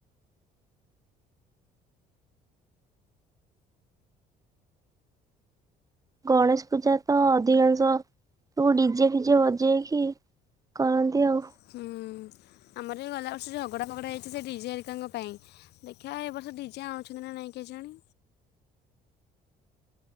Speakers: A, on the right; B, on the left.
A: ଗଣେଶ ପୂଜା ତ ଅଧିକାଂଶ ସବୁ ଡିଜେ ଫିଜେ ବଜେଇକି କରନ୍ତି ଆଉ।
B: ହୁଁ। ଆମର ଯୋଉ ଗଲା ବର୍ଷ ଯୋ ଝଗଡା ପଗଡା ହୋଇଛି ସେ ଡିଜେ ଆରିକାଙ୍କ ପାଇଁ। ଦେଖିବା ଏ ବର୍ଷ ଡିଜେ ଆଣୁଛନ୍ତି ନା ନାଇଁ କେହି ଜାଣି।